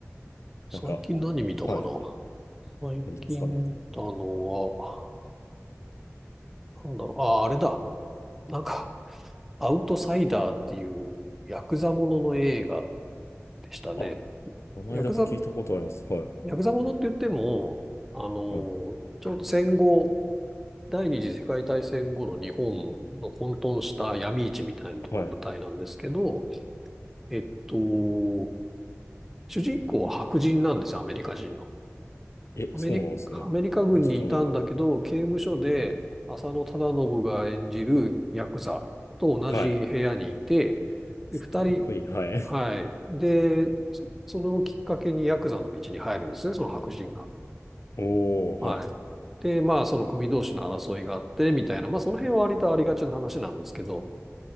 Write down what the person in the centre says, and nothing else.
最近何見たかな
最近見たの
は、なんだろう、ああ、あれだ。なんか、アウトサイダーっていうヤクザものの映画でしたね。
ヤクザ、
ヤクザものって言っても、あの、ちょうど戦後、
第二次世界大戦後の日本の混沌した闇市みたいなとか舞台なんですけど、
えっと、主人公は白人なんですよ、アメリカ人の。
アメリカ、
アメリカ軍にいたんだけど、
刑務所で浅野忠信が演じるヤクザと同じ部屋にいて、
で、
二人、
はい。で、そそれをきっかけにヤクザの道に入るんですね、その白人が。
はい。
で、まあ、その組同士の争いがあって、みたいな、まあ、その辺は割とありがちな話なんですけど、